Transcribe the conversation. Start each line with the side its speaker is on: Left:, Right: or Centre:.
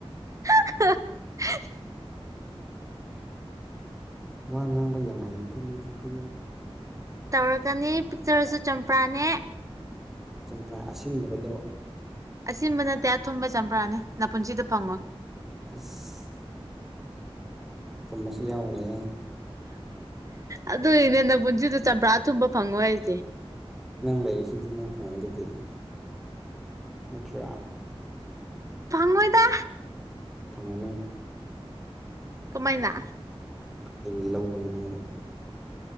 Right: <inaudible>
Centre: ꯋꯥ ꯉꯥꯡꯕ ꯌꯥꯝ ꯍꯩꯀꯣ ꯃꯤꯗꯤꯀꯣ
Right: ꯇꯧꯔꯛꯀꯅꯤ ꯄꯤꯛꯆꯔꯁꯨ ꯆꯝꯄ꯭ꯔꯥꯅꯦ
Centre: ꯆꯝꯄ꯭ꯔꯥ ꯑꯁꯤꯟꯗꯕꯗꯣ
Right: ꯑꯁꯤꯟꯕ ꯅꯠꯇꯦ ꯑꯊꯨꯝꯕ ꯆꯝꯄ꯭ꯔꯥꯅꯤ ꯅꯄꯨꯟꯁꯤꯗ ꯐꯪꯉꯣꯏ
Centre: ꯑꯁ ꯊꯨꯝꯕꯁꯨ ꯌꯥꯎꯕꯅꯦ
Right: ꯑꯗꯨꯏꯅ‌ꯦ ꯅꯄꯨꯟꯁꯤꯗ ꯆꯝꯄ꯭ꯔꯥ ꯑꯊꯨꯝꯕ ꯐꯪꯉꯣꯏ ꯍꯥꯏꯁꯦ
Centre: ꯅꯪ ꯂꯩꯔꯤꯁꯤꯗꯤ ꯅꯪ ꯐꯪꯉꯤ ꯗꯨꯗꯤ ꯅꯠꯇ꯭ꯔꯥ
Right: ꯐꯪꯉꯣꯏꯗ
Centre: ꯐꯪꯒꯅꯤ
Right: ꯀꯃꯥꯏꯅ
Centre: ꯑꯩ ꯂꯧꯒꯅꯤ ꯅꯪꯕꯨ